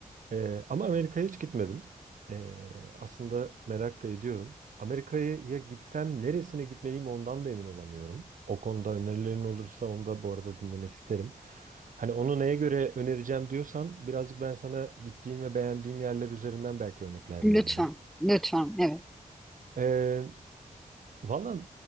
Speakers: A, on the right; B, in the centre.
A: Ee, ama Amerika'ya hiç gitmedim. Ee, aslında merak da ediyorum. Amerika'ya ya gitsem neresine gitmeliyim ondan da emin olamıyorum. O konuda önerilerin olursa onu da bu arada dinlemek isterim. Hani onu neye göre önereceğim diyorsan birazcık ben sana gittiğim ve beğendiğim yerler üzerinden belki örnekler
B: Lütfen,
A: verebilirim.
B: lütfen. Evet.
A: Ee, Valla